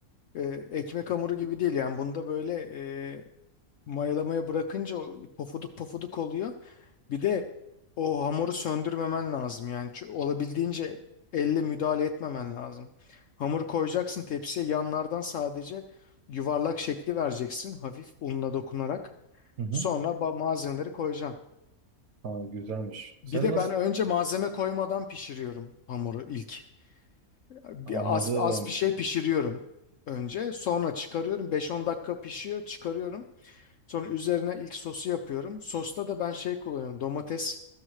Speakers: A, on the left; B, on the right.
A: e, ekmek hamuru gibi değil yani. Bunda böyle e, mayalamaya bırakınca o pofuduk pofuduk oluyor. Bir de o hamuru söndürmemen lazım yani Çö- olabildiğince elle müdahale etmemen lazım. Hamuru koyacaksın tepsiye yanlardan sadece yuvarlak şekli vereceksin hafif unla dokunarak.
B: hı hı.
A: Sonra ba- malzemeleri koyacaksın.
B: Aa, güzelmiş. Sen
A: Bir de
B: nasıl
A: ben önce malzeme koymadan pişiriyorum hamuru ilk. Bir
B: anladım?
A: az, az bir şey pişiriyorum önce. Sonra çıkarıyorum. 5-10 dakika pişiyor, çıkarıyorum. Sonra üzerine ilk sosu yapıyorum. Sosta da ben şey kullanıyorum. Domates